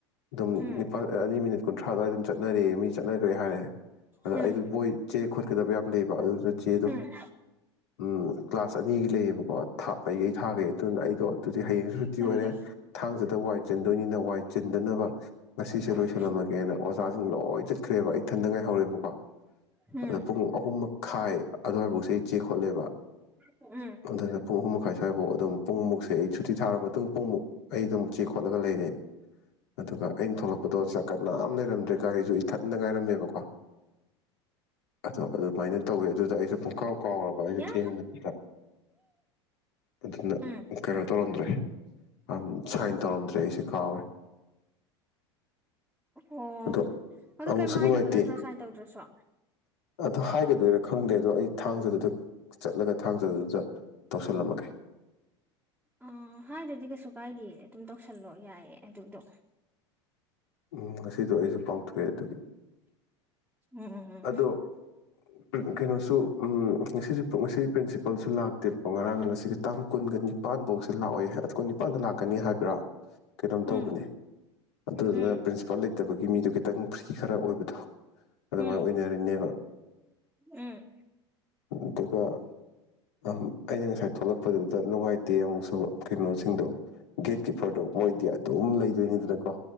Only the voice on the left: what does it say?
ꯑꯗꯨꯝ
ꯅꯤꯄꯥꯜ ꯑꯅꯤ ꯃꯤꯅꯤꯠ ꯀꯨꯟꯊ꯭ꯔꯥ ꯑꯗꯨꯋꯥꯏ ꯑꯗꯨꯝ ꯆꯠꯅꯔꯤꯌꯦ ꯃꯤ ꯆꯠꯅꯈ꯭ꯔꯦ ꯍꯥꯏꯔꯦ ꯑꯗ
ꯑꯩꯗ ꯕꯣꯏ ꯆꯦ ꯈꯣꯠꯀꯗꯕ ꯌꯥꯝ ꯂꯩꯕ ꯑꯗꯨꯅ ꯆꯦꯗꯣ
ꯎꯝ ꯀ꯭ꯂꯥꯁ ꯑꯅꯤꯒꯤ ꯂꯩꯌꯦꯕꯀꯣ ꯑꯩꯩꯈꯩ ꯊꯥꯒꯩ ꯑꯗꯨꯅ ꯑꯩꯗꯣ ꯑꯗꯨ ꯍꯌꯦꯡꯁꯨ ꯁꯨꯇꯤ
ꯑꯣꯏꯔꯦ ꯊꯥꯡꯖꯗ ꯋꯥꯏ ꯇꯣꯏꯅꯤꯅ ꯋꯥꯏ ꯆꯤꯟꯗꯅꯕ ꯉꯁꯤꯁꯨ
ꯂꯣꯏꯁꯤꯜꯂꯝꯃꯒꯦꯅ ꯑꯣꯖꯥꯁꯤꯡ ꯂꯣꯏ ꯈ꯭ꯔꯦꯕ ꯑꯩ ꯊꯟꯗꯉꯥꯏ ꯍꯧꯔꯦꯕꯀꯣ
ꯑꯗꯣ ꯄꯨꯡ ꯑꯍꯨꯝ ꯃꯈꯥꯏ ꯑꯗꯨꯋꯥꯏꯐꯧꯁꯦ ꯑꯩ ꯆꯦ ꯈꯣꯠꯂꯦꯕ
ꯑꯗꯨꯅ ꯄꯨꯡ ꯑꯍꯨꯝ ꯃꯈꯥꯏ ꯁ꯭ꯋꯥꯏꯐꯥꯎ ꯑꯗꯨꯝ ꯄꯨꯡꯃꯨꯛꯁꯦ ꯑꯩ ꯁꯨꯇꯤ ꯊꯥꯔ ꯃꯇꯨꯡ ꯄꯨꯡꯃꯨꯛ ꯑꯩ ꯑꯗꯨꯝ ꯆꯦ ꯈꯣꯠꯂꯒ ꯂꯩꯔꯦ ꯑꯗꯨꯒ ꯑꯩꯅ ꯊꯣꯛꯂꯛ ꯈꯨꯗꯣꯜ ꯑꯣꯖꯥ ꯀꯅꯥꯝ ꯂꯩꯔꯝꯗ꯭ꯔꯦ ꯒꯥꯔꯤꯁꯨ ꯏꯊꯟꯗ ꯉꯥꯏꯔꯝꯃꯦꯕꯀꯣ ꯑꯗꯣ ꯑꯗꯨꯃꯥꯏꯅ ꯇꯧꯋꯦ ꯑꯗꯨꯗ ꯑꯩꯁꯨ ꯄꯨꯡꯀꯥꯎ ꯀꯥꯎꯔꯕ ꯑꯩꯁꯨ
ꯊꯦꯡꯕꯗꯨꯗ ꯑꯗꯨꯅ
ꯀꯩꯅꯣ ꯇꯧꯔꯝꯗ꯭ꯔꯦ ꯑꯝ ꯁꯥꯏꯟ ꯇꯧꯔꯝꯗ꯭ꯔꯦ ꯑꯩꯁꯦ ꯀꯥꯎꯔꯦ
ꯑꯗꯣ
ꯑꯃꯨꯛꯁꯨ
ꯅꯨꯡꯉꯥꯏꯇꯦ
ꯑꯗꯣ ꯍꯥꯏꯒꯗꯣꯏꯔꯥ ꯈꯪꯗꯦ ꯑꯗꯣ ꯑꯩ ꯊꯥꯡꯖꯥꯗꯨꯗ ꯆꯠꯂꯒ ꯊꯥꯡꯖꯥꯗꯨꯗ ꯇꯧꯁꯜꯂꯝꯃꯒꯦ
ꯎꯝ ꯉꯁꯤꯗꯣ ꯑꯩꯁꯨ ꯀꯥꯎꯊꯣꯛꯑꯦ ꯑꯗꯨꯒꯤ
ꯑꯗꯣ ꯀ ꯀꯩꯅꯣꯁꯨ ꯎꯝ ꯉꯁꯤꯖꯨ ꯄꯨ ꯉꯁꯤ ꯄ꯭ꯔꯤꯟꯁꯤꯄꯜꯁꯨ ꯂꯥꯛꯇꯦꯕꯀꯣ ꯉꯔꯥꯡꯒꯁꯤ ꯁꯤ ꯇꯥꯡ ꯀꯨꯟꯒ ꯅꯤꯄꯥꯟꯐꯧꯁꯦ ꯂꯥꯛꯑꯣꯢ ꯍꯥꯢꯕ ꯀꯨꯟ ꯅꯤꯄꯥꯟꯗ ꯂꯥꯛꯀꯅꯤ ꯍꯥꯏꯕ꯭ꯔꯥ ꯀꯩꯅꯣꯝ ꯇꯧꯕꯅꯦ
ꯑꯗꯨꯗꯨꯅ
ꯄ꯭ꯔꯤꯟꯁꯤꯄꯥꯜ ꯂꯩꯇꯕꯒꯤ ꯃꯤꯗꯣ ꯈꯤꯇꯪ ꯐ꯭ꯔꯤ ꯈꯔ ꯑꯣꯏꯕꯗꯣ ꯑꯗꯨꯃꯥꯏꯅ
ꯑꯣꯏꯅꯔꯤꯅꯦꯕ
ꯑꯗꯨꯒ ꯑꯝ ꯑꯩꯅ ꯉꯁꯥꯏ ꯊꯣꯛꯂꯛꯄꯗꯨꯗ ꯅꯨꯡꯉꯥꯏꯇꯦ ꯑꯃꯨꯛꯁꯨ ꯀꯩꯅꯣꯁꯤꯡꯗꯣ ꯒꯦꯠꯀꯤꯄꯔꯗꯣ ꯃꯣꯏꯗꯤ ꯑꯗꯨꯝ ꯂꯩꯗꯣꯏꯅꯤꯗꯅꯀꯣ